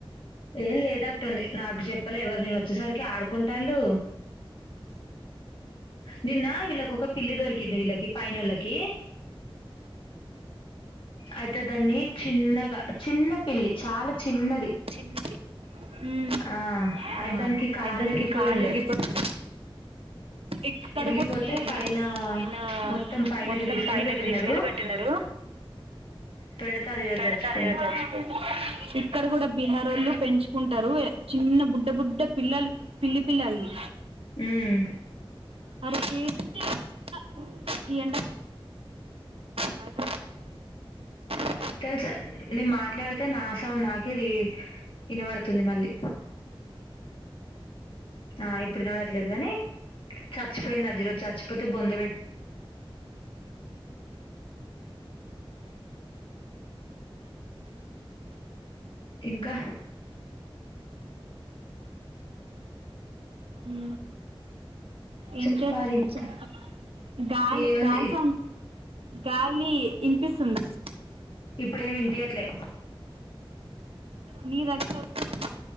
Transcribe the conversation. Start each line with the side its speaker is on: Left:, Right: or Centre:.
Left: ఏం లేదట్టుంది నాకు చెప్పలే ఎవర్ నేన్ వచ్చేసరికే ఆడుకుంటాళ్ళూ. నిన్నా వీళ్ళకు ఒక పిల్లి దొరి కింది వీళ్ళకి పైనోళ్ళకీ అయితే దాన్ని చిన్నగా చిన్న పిల్లి చాలా చిన్నది
Right: చిన్నది ఊ
Left: ఆ
Right: ఆ
Left: అయి దానికి కాలు
Right: అయితే దానికి
Left: ఇరిగిపోయి
Right: కాలు
Left: ఉండే
Right: విరిగిపోయింది. ఇక్కడ
Left: ఇరిగిపోతే
Right: గూడా
Left: పైన
Right: <inaudible> పైనా
Left: మొత్తం పైనకి
Right: మొత్తం
Left: తీసుకెళ్ళి
Right: పైనకి
Left: పెట్టినరు
Right: తీసుకెళ్ళి పెట్టినరూ.
Left: పెడితే అది ఈరోజు
Right: పెడితే
Left: చచ్చిపోయింది
Right: అది సచ్చిపోయింది. ఇక్కడ గూడా ఆరోళ్ళు పెంచుకుంటరూ చిన్న బుడ్డ బుడ్డ పిల్లల్ పిల్లి పిల్లల్నీ.
Left: మ్మ్.
Right: అరే ఏ <inaudible> ఈ ఎండ బయట <inaudible>
Left: తెల్సా నేన్ మాట్లాడితే నాశ్ ఆ నాకిదీ ఇనబడుతుంది మళ్ళీ. ఆ ఇప్పుడు వినపడట్లేదు గానీ సచ్ <unintelligible> చచ్చిపోతే బొంద్ ఇంకా
Right: ఊ ఏం
Left: చెప్పాలి
Right: చేస్తున్నవ్
Left: ఇంకా
Right: చెప్ <inaudible> గాలి
Left: ఏముంది
Right: గాలి
Left: ఇప్-
Right: సౌండ్ గాలీ ఇనిపిస్తుందా <inaudible>
Left: ఇప్పుడేమి ఇన్పీయట్లే
Right: నీదైతే వస్తు